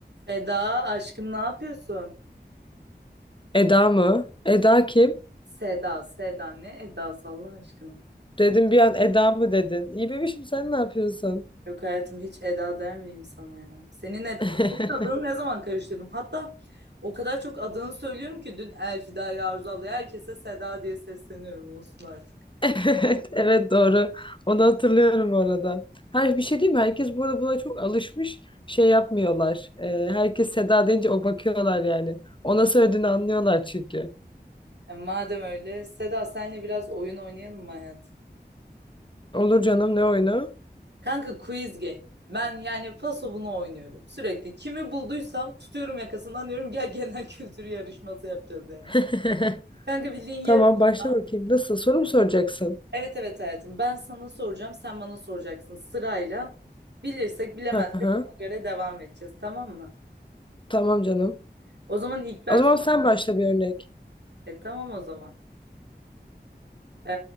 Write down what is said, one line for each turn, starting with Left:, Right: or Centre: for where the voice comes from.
Right: Eda aşkım ne yapıyorsun?
Left: Eda mı? Eda kim?
Right: Seda, Seda ne Eda'sı Allah aşkına.
Left: Dedim bir an Eda mı dedin? İyi bebişim sen ne yapıyorsun?
Right: Yok hayatım hiç Eda der miyim sana ya? Senin, Ed
Left: <laughs>
Right: senin adını ne zaman karıştırdım? Hatta o kadar çok adını söylüyorum ki dün Elfida'ya, Arzu ablaya herkese Seda diye sesleniyorum olsun artık.
Left: Evet, evet doğru. Onu hatırlıyorum orada. Her bir şey değil mi? Herkes burada buna çok alışmış. Şey yapmıyorlar. Ee, herkes Seda deyince o bakıyorlar yani. Ona söylediğini anlıyorlar çünkü.
Right: Yani madem öyle Seda senle biraz oyun oynayalım mı hayatım?
Left: Olur canım ne oyunu?
Right: Kanka quiz game. Ben yani paso bunu oynuyorum sürekli. Kimi bulduysam tutuyorum yakasından diyorum gel genel kültür yarışması yapacağız yani.
Left: <laughs>
Right: Kanka bildiğin yarışma.
Left: Tamam başla bakayım. Nasıl soru mu soracaksın?
Right: Evet evet hayatım. Ben sana soracağım, sen bana soracaksın sırayla. Bilirsek, bilemezsek
Left: Hı hı.
Right: ona göre devam edeceğiz, tamam mı?
Left: Tamam canım.
Right: O zaman ilk ben
Left: O zaman
Right: sorayım.
Left: sen başla bir örnek.
Right: E, tamam o zaman. Ee,